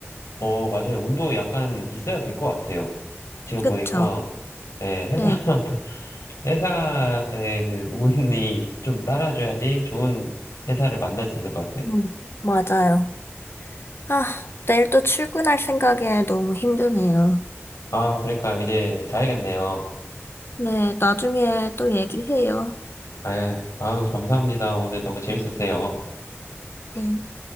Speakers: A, on the left; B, on the left.
A: 어, 맞아요. 운도 약간 있어야 될 것 같아요. 지금 보니까,
B: 그쵸?
A: 예, 회사마다,
B: 네.
A: <laughs> 회사의 그 운이 좀 따라줘야지 좋은 회사를 만날 수 있는 것 같아요.
B: 음, 맞아요. 아, 내일 또 출근할 생각에 너무 힘드네요.
A: 아, 그러니까요. 이제 자야겠네요.
B: 네, 나중에 또 얘기해요.
A: 아, 예. 아유, 감사합니다. 오늘 너무 재밌었어요.
B: 네.